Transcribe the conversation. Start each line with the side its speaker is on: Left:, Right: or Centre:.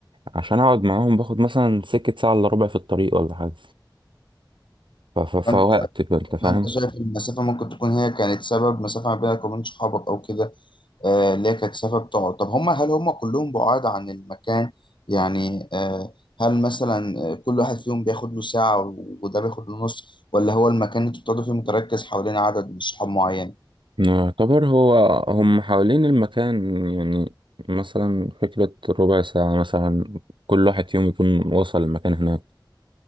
Right: عشان اقعد معاهم باخد مثلا سكة ساعة الا ربع في الطريق ولا حاجة ف... ف... فوقت
Left: فانت
Right: بقى، انت فاهم
Left: فانت شايف إن المسافه ممكن تكون هي كانت سبب مسافه ما بينك وبين صحابك او كده آه، اللي هي كانت سبب تقعد طب هم هل هم كلهم بعاد عن المكان يعني آه، هل مثلا آه، كل واحد فيهم بياخد له ساعة و- وده بياخد له نص ولا هو المكان اللي انتوا بتقعدوا فيه متركز حوالين عدد من صحاب معين
Right: يعتبر هو هم حوالين المكان يعني مثلا فكرة ربع ساعة مثلا كل واحد فيهم يكون وصل المكان هناك